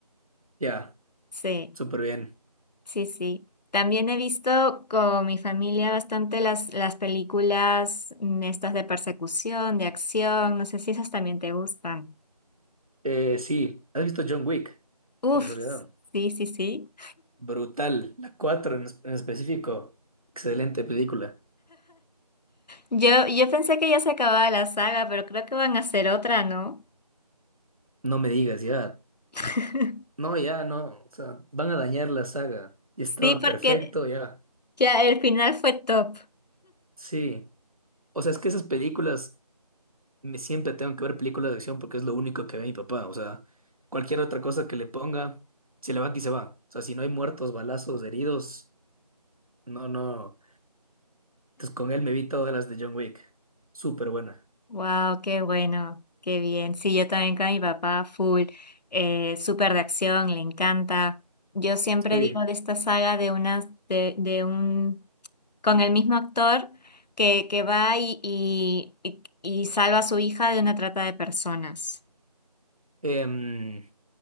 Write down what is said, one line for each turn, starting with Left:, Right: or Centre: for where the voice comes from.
Right: ya,
Left: Sí,
Right: súper bien.
Left: sí, sí. También he visto con mi familia bastante las, las películas mm, estas de persecución, de acción, no sé si esas también te gustan.
Right: Eh, sí, ¿has visto John Wick?
Left: Uf,
Right: De casualidad.
Left: sí, sí, sí.
Right: Brutal, la 4 en, es- en específico. Excelente película.
Left: Yo, yo pensé que ya se acababa la saga, pero creo que van a hacer otra, ¿no?
Right: No me digas, ya.
Left: <laughs>
Right: No, ya, no. O sea, van a dañar la saga. Y
Left: Sí,
Right: estaba
Left: porque
Right: perfecto, ya.
Left: ya el final fue top.
Right: Sí. O sea, es que esas películas me- siempre tengo que ver películas de acción porque es lo único que ve mi papá. O sea, cualquier otra cosa que le ponga, se levanta y se va. O sea, si no hay muertos, balazos, heridos, no, no. Entonces con él me vi todas las de John Wick. Súper buena.
Left: Wow, qué bueno, qué bien. Sí, yo también con mi papá, full, eh, súper de acción, le encanta. Yo siempre
Right: Sí.
Left: digo de esta saga de unas, de, de un, con el mismo actor que, que va y, y, y- y salva a su hija de una trata de personas.
Right: Em,